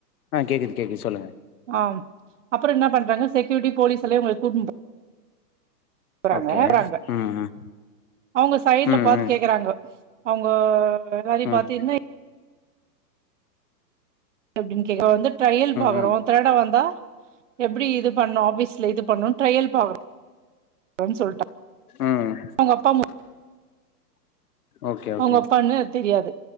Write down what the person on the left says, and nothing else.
ஆ கேக்குது கேக்குது சொல்லுங்க.
ஓகே
ம் ம்
ம்
ம்
ம்
ம் ம்
ம்
ஓகே
ஓகே